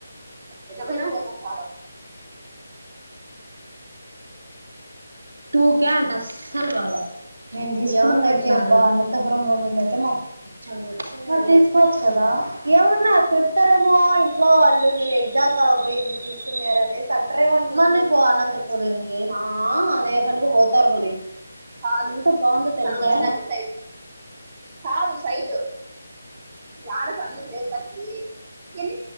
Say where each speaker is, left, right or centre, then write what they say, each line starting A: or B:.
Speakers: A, on the right; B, on the right.
A: ఎట్ట పోయిన <unintelligible> సారు
B: టూకే అంటే అస్సలు బాలే నేను తీసుకోయింది అయితే
A: ఏంది
B: అ అనంతపుర లోని తా మరి, మరి తీసుకోవచ్చు కదా ఏమన్నా తిడతారేమో ఇంట్లో వాళ్ళుకి ఎగ్జామ్ కాకపోయింది తీసుకునే అనేసంటరెమో అని మళ్ళీ పో అనంతపురం కి ఆ పనిగా పోతారు మరి
A: కాదు
B: ఎంత బాగుందో తెలుసా
A: మనం వచ్చినట్ట సైడ్ కాదు సైడ్ యాడ సందుల్లేవు <unintelligible> ఎన్ని